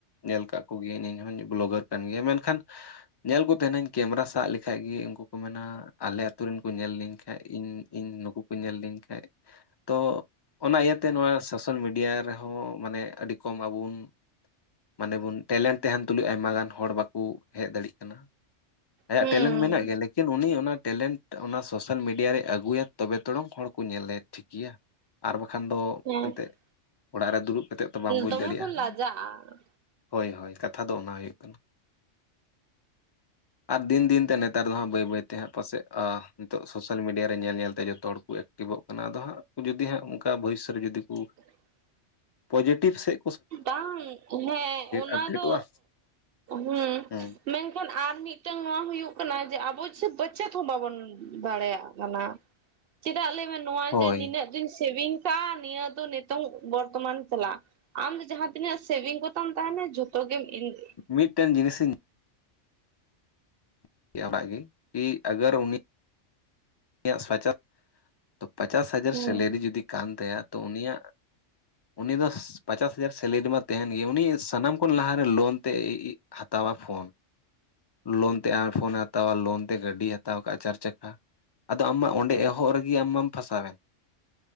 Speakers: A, on the left (about 45°); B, on the right (about 60°).
A: ᱧᱮᱞ ᱠᱟᱫ ᱠᱚᱜᱮᱧ ᱤᱧᱦᱚᱧ ᱵᱞᱚᱜᱟᱨ ᱠᱟᱱ ᱜᱮᱭᱟ ᱢᱮᱱ ᱠᱷᱟᱱ ᱧᱮᱞ ᱠᱚ ᱛᱟᱦᱮᱱᱟᱹᱧ ᱠᱮᱢᱮᱨᱟ ᱥᱟᱵ <unintelligible> ᱠᱷᱟᱡ ᱜᱮ ᱩᱱᱠᱩ ᱠᱚ ᱢᱮᱱᱟ ᱟᱞᱮ ᱟᱛᱳ ᱨᱮᱱ ᱠᱚ ᱧᱮᱞ ᱞᱤᱧ ᱠᱷᱟᱡ ᱤᱧ ᱤᱧ ᱱᱩᱠᱩ ᱠᱚ ᱧᱮᱞ ᱞᱤᱧ ᱠᱷᱟᱡᱼᱼ ᱛᱚ ᱚᱱᱟ ᱤᱭᱟᱹ ᱛᱮ ᱱᱚᱣᱟ ᱥᱳᱥᱟᱞ ᱢᱤᱰᱤᱭᱟ ᱨᱮᱦᱚᱸ ᱢᱟᱱᱮ ᱟᱹᱰᱤ ᱠᱚᱢ ᱟᱵᱚ ᱵᱚᱱ ᱢᱟᱱᱮ ᱵᱚᱱ ᱴᱮᱞᱮᱱᱴ ᱛᱟᱦᱮᱱ ᱛᱩᱞᱩᱡ ᱟᱭᱢᱟ ᱜᱟᱱ ᱦᱚᱲ ᱵᱟᱠᱚ ᱦᱮᱡ ᱫᱟᱲᱮᱭᱟᱜ ᱠᱟᱱᱟ ᱟᱭᱟᱜ
B: ᱦᱩᱸ
A: ᱴᱮᱞᱮᱱᱴ ᱢᱮᱱᱟᱜ ᱜᱮᱭᱟ ᱞᱮᱠᱤᱱ ᱩᱱᱤ ᱚᱱᱟ ᱴᱮᱞᱮᱱᱴᱼᱼ ᱚᱱᱟ ᱥᱳᱥᱟᱞ ᱢᱤᱰᱤᱭᱟ ᱨᱮ ᱟᱹᱜᱩᱭᱟ ᱛᱚᱵᱮ ᱛᱚᱨᱚᱝ ᱦᱚᱲ ᱠᱚ ᱧᱮᱞᱮ ᱴᱷᱤᱠ ᱜᱮᱭᱟ ᱟᱨ ᱵᱟᱠᱷᱟᱱ ᱫᱚ
B: ᱦᱮᱸ
A: ᱮᱱᱛᱮᱜ ᱚᱲᱟᱜ ᱨᱮ ᱫᱩᱲᱩᱵ ᱠᱟᱛᱮᱜ ᱛᱚ ᱵᱟᱢ ᱵᱩᱡᱽ
B: ᱫᱚᱢᱮ
A: ᱫᱟᱲᱮᱭᱟᱜᱼᱟ
B: ᱵᱚᱱ ᱞᱟᱡᱟᱜᱼᱟ
A: ᱦᱳᱭ ᱦᱳᱭ ᱠᱟᱛᱷᱟ ᱫᱚ ᱚᱱᱟ ᱦᱩᱭᱩᱜ ᱠᱟᱱᱟ ᱟᱨ ᱫᱤᱱ ᱫᱤᱱᱼᱼ ᱛᱮ ᱱᱮᱛᱟᱨ ᱫᱚ ᱦᱟᱸᱜ ᱵᱟᱹᱭ ᱵᱟᱹᱭ ᱛᱮ ᱦᱟᱸᱜ ᱯᱟᱥᱮᱡ ᱱᱤᱛᱚᱜ ᱥᱳᱥᱟᱞ ᱢᱤᱰᱤᱭᱟ ᱨᱮ ᱧᱮᱞ ᱧᱮᱞᱛᱮ ᱡᱚᱛᱚ ᱦᱚᱲ ᱠᱚ ᱮᱠᱼᱼ ᱟᱹᱠᱤᱵᱚᱜ ᱠᱟᱱᱟ ᱟᱫᱚ ᱦᱟᱸᱜ ᱡᱩᱫᱤ ᱦᱟᱸᱜ ᱚᱱᱠᱟ ᱵᱷᱚᱭᱤᱥᱥᱚ ᱨᱮ ᱡᱩᱫᱤ ᱠᱚᱼᱼ
B: <inaudible>
A: ᱯᱚᱡᱤᱴᱤᱵᱷ ᱥᱮ
B: ᱵᱟᱝ ᱦᱮᱸ ᱚᱱᱟ
A: ᱟᱯᱰᱮᱴᱚᱜᱼᱟ
B: ᱫᱚ ᱦᱮᱸᱼᱼ
A: ᱦᱮᱸ
B: ᱢᱮᱱ ᱠᱷᱟᱱ ᱟᱨ ᱢᱤᱫᱴᱟᱝ ᱱᱚᱣᱟ ᱦᱩᱭᱩᱜ ᱠᱟᱱᱟ ᱡᱮ ᱟᱵᱚ ᱪᱮᱫ ᱢᱟᱪᱮᱫ ᱦᱚᱸ ᱵᱟᱵᱚᱱ ᱫᱟᱲᱮᱭᱟᱜ ᱠᱟᱱᱟ ᱪᱮᱫᱟᱜ ᱞᱟᱹᱭ ᱢᱮ ᱱᱚᱣᱟ
A: ᱦᱳᱭ
B: ᱡᱮ ᱱᱤᱱᱟᱹᱜ ᱫᱤᱱ ᱥᱮᱵᱤᱝ ᱠᱟᱜᱼᱟ ᱱᱤᱭᱟᱹ ᱫᱚ ᱱᱤᱛᱚᱝ ᱵᱚᱨᱛᱚᱢᱟᱱ ᱪᱟᱞᱟᱜ ᱟᱢ ᱫᱚ ᱡᱟᱦᱟᱸᱛᱤᱱᱟᱹᱜ ᱥᱮ ᱵᱷᱤᱝ ᱠᱚᱛᱟᱢ ᱛᱟᱦᱮᱱᱟ ᱡᱷᱚᱛᱚ ᱜᱮᱢ <unintelligible>
A: ᱢᱤᱫᱴᱮᱱ ᱡᱤᱱᱤᱥ ᱤᱧᱼᱼ <unintelligible> ᱜᱮ ᱮ ᱟᱜᱟᱨ ᱩᱱᱤ ᱤᱧᱟᱹᱜ <unintelligible> ᱛᱚ ᱯᱟᱪᱟᱥ ᱦᱟᱡᱟᱨ
B: ᱦᱩᱸ
A: ᱥᱮᱞᱨᱤ ᱡᱩᱫᱤ ᱠᱟᱱ ᱛᱟᱭᱟ ᱛᱚ ᱩᱱᱤᱭᱟᱜ ᱩᱱᱤ ᱫᱚᱼᱼ ᱯᱟᱪᱟᱥ ᱦᱟᱡᱟᱨ ᱥᱮᱞᱨᱤ ᱢᱟ ᱛᱟᱦᱮᱱ ᱜᱮ ᱩᱱᱤ ᱥᱟᱱᱟᱢ ᱠᱷᱚᱱ ᱞᱟᱦᱟ ᱨᱮ ᱞᱳᱱ ᱛᱮ ᱦᱟᱛᱟᱣᱟ ᱯᱷᱳᱱ ᱞᱳᱱ ᱛᱮ ᱟᱭ ᱯᱷᱳᱱᱮ ᱦᱟᱛᱟᱣᱟ ᱞᱳᱱ ᱛᱮ ᱜᱟᱹᱰᱤ ᱦᱟᱛᱟᱣ ᱠᱟᱜ ᱪᱟᱨ ᱪᱟᱠᱟ ᱟᱫᱚ ᱟᱢ ᱢᱟ ᱚᱸᱰᱮ ᱮᱦᱚᱵ ᱨᱮᱜᱮ ᱟᱢ ᱢᱟᱢ ᱯᱷᱟᱥᱟᱣ ᱮᱱ